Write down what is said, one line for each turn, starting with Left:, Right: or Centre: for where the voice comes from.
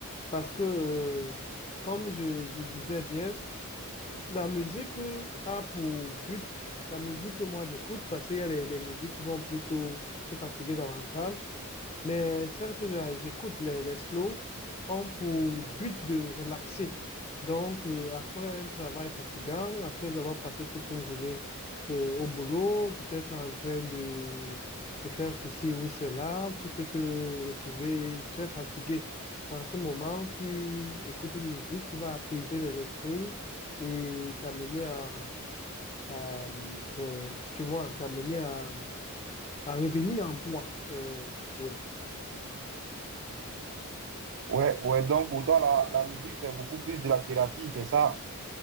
Left: Parce que, euh, comme je, je disais bien, la musique euh, a pour but, la musique que moi j'écoute, parce qu'il y a des, des musiques qui vont plutôt te fatiguer davantage. Mais celles que j'a- j'écoute, les, les slow, ont pour but de relaxer. Donc, euh, après un travail fatigant, après avoir passé toute une journée euh, au boulot, peut-être en train de, de faire ceci ou cela, tu peux te retrouver très fatigué. En ce moment, tu écoutes une musique qui va apaiser les esprits et t'amener à, à- te- tu vois, t'amener à, à revenir en toi. Euh, oui.
Right: Ouais, ouais, donc pour toi, la, la musique, c'est beaucoup plus de la thérapie, c'est ça.